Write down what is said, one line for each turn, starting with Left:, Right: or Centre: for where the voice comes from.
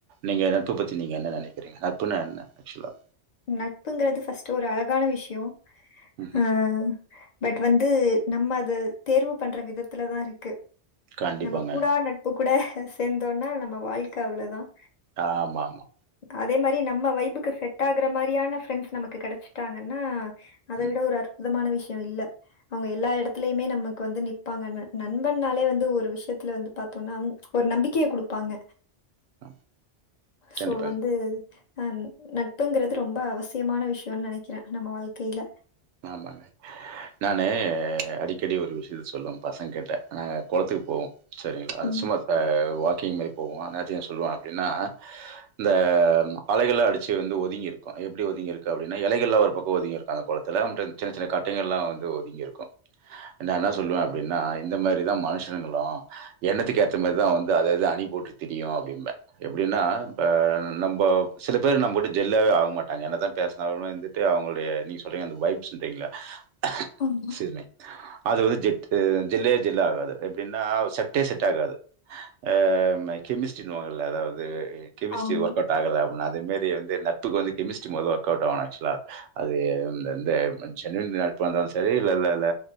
Right: நீங்க நட்பு பத்தி நீங்க என்ன நினைக்கிறீங்க நட்புன்னா என்ன ஆக்சுவலா
Left: நட்புங்கிறது ஃபர்ஸ்ட்ட் ஒரு அழகான விஷயம்
Right: ம்
Left: ஆஹ் பட் வந்து நம்ம அது தேர்வு பண்ற விதத்துல தான் இருக்கு
Right: கண்டிப்பாங்க
Left: நம கூட நட்பு கூட சேர்ந்தோனா நம்ம வாழ்க்க அவ்ளோதான்
Right: ஆமா ஆமா
Left: அதே மாரி நம்ம வைபுக்கு செட் ட்டாகுற மாரியான ஃப்ரெண்ட்ஸ் நமக்கு கிடச்சிட்டாங்கன்னா அத
Right: ம்
Left: விட ஒரு அற்புதமான விஷயம் விஷயம் இல்ல அவங்க எல்லா இடத்துலயுமே நமக்கு வந்து நிப்பாங்க நண்பன்னாலே வந்து ஒரு விஷயத்துல வந்து பாார்த்தோம்னா ஒரு நம்பிக்கையை குடுப்பாங்க
Right: ஆ,
Left: சோ
Right: கண்டிப்பாங்க
Left: வந்து ஆஹ் நட்பு ப்பங்கிறது ரொம்ப அவசியமான விஷயம்னு நினைக்கிறேன் நம்ம வாழ்க்கையில
Right: ஆமாங்க நானு அடிக்கடி ஒரு விஷயத்த சொல்லுவேன் பசங்க கிட்ட நாங்க குளத்துக்கு போவோம் சேரிங்களா அது
Left: ம்.
Right: சும்மா ஆ வா க்கிங் மாரி போவோ அந்நேரத்துக் என்ன சொல்லுவோ அப்டினா இந்த அலைகள அடிச்சு வந்து ஒதுங்கி இருக்கு எப்டி ஒதுங்கி இருக்கு அப்டின்னா எலைகள்லா ஒரு பக்கொ ஒதுங்கி இருக்கு அந்த கொளத் துல ட்டு சின்ன சின்ன கட்டைங்கள்லா வந்து ஒதுங்கி இருக்கு நா என்ன சொல்லுவ அப்டின்னா இந்த மாரிதா மனுஷங்களு எண்ணத்துக்கு ஏத்த மாரிதா வந்து அது அது அணி போட்டு திரியு அப்டிம்ப எப்டின்னா இப்ப நம்போ சில பேர் நம்மட்ட ஜெல்லாவே ஆகமாட்டாங்க என்னதா பேஸ்னால்மே வந்துட்டு அவ்ங்களுடைய நீங் சொல்றீங்க அந்த வைப்ஸ்ன்ரீங்களே <unintelligible>
Left: ஆமா.
Right: அது வந் ஜெட்டு ஜெல்லே ஜெல் ஆகாது எப்டின்னா செட்டே செட் ஆகாது ஆ ம கெமிஸ்ட்ரின்னுவாங்கல்ல அதாவ்து அ கெமிஸ்ட்ரி
Left: ஆமா.
Right: வர்கவ்ட் ஆகல அதேமேரி வந்து நட்புக்கு வந்து கெமிஸ்ட்ரி மொதொ ஒர்க் அவுட் ஆக்சுலா அது இத வந்து ஜென்யூன் நட்பா இருந்தாலு செரி இல்லல்லல்ல